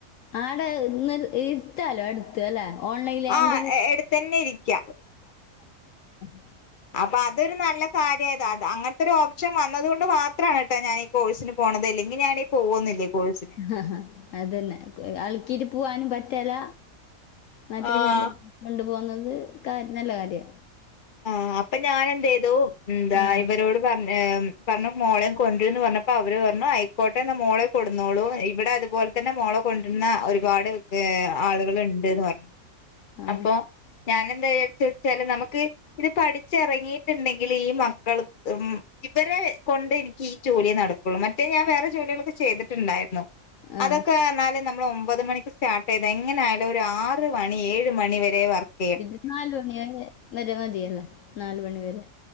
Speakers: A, on the left; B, on the left.
A: ആട് ഇന്ന് ഇര്ത്താലോ എട് ത്ത് അല്ലേ ഓൺലൈൻ
B: ആ എടുത്തന്നെ ഇരിക്ക
A: <unintelligible>
B: അപ്പ അതൊരു നല്ല കാര്യ അതാ അങ്ങൻത്തൊരു ഓപ്ഷൻ വന്നത് കൊണ്ട് മാത്രാണ് ട്ടോ ഞാന് ഈ കോഴ്സിന് പോണത് ഇല്ലെങ്കി ഞാന് പോവൊന്നില്ല കോഴ്സിന്
A: ആ അതന്നെ ആൾക്കിര് പോവാനും പറ്റല്ല മറ്റേ
B: ആഹ്
A: ച്ചാല് കൊണ്ടു പോവുന്നത് കാര് നല്ല കാര്യ
B: ആ അപ്പ ഞാനന്തേയ്തു ന്താ
A: ആ
B: ഇവരോട് പർ ഏ പർഞ് മോളേം കൊണ്ട്ര്ന്ന് പർഞ്ഞപ്പ അവര് പർഞ്ഞു അയ്ക്കോട്ടെന്ന മോളേം. കൊട്ന്നോളൂ ഇവിടെ അതുപോൽ തന്നെ മോളെ കൊണ്ട്ര്ന്ന ഒരുപാട് ഏ ആള്കള്ണ്ട്ന്ന് പർഞ്ഞു
A: ആ
B: അപ്പോ ഞാന് എന്താ വിചാരിചെച്ചാല് നമുക്ക് ഇത് പഠിച്ചിറങ്ങിയിട്ട്ണ്ടെ ങ്കില് ഈ മക്കൾ ക്കും ഇവരെ കൊണ്ട് എനിക്ക് ഈ ജോലിയേ നടക്കുള്ളൂ മറ്റേ ഞാൻ വേറെ ജോലികളൊക്കെ ചെയ്തിട്ടുണ്ടായിരുന്നു
A: ആ
B: അതൊക്കെ എന്നാലും നമ്മള് ഒമ്പത് മണിക്ക് സ്റ്റാർട്ട് ചെയ്ത എങ്ങനെ ആയാലും ഒരു ആറ് മണി ഏഴ് എട്ട് മണിവരെ വർക്ക്‌.
A: ഇത് നാലുമണി വരെ മതിയല്ല, നാലുമണി വരെ,